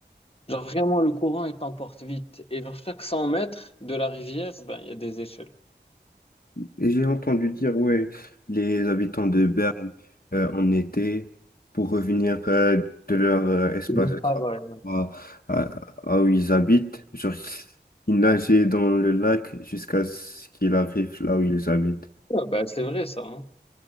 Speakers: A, on the left (about 30°); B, on the left (about 55°).
A: Genre vraiment, le courant, il t'emporte vite. Et vers chaque 100 mètres de la rivière, ben, il y a des échelles.
B: Et j'ai entendu dire, ouais, les habitants de Berne. euh, en été pour revenir euh, de leur euh, espace
A: Des
B: de travail
A: travails.
B: à, à- à où ils habitent. Genre, ils nageaient dans le lac jusqu'à ce qu'ils arrivent là où ils habitent.
A: Ouais, ben, c'est vrai ça. hein.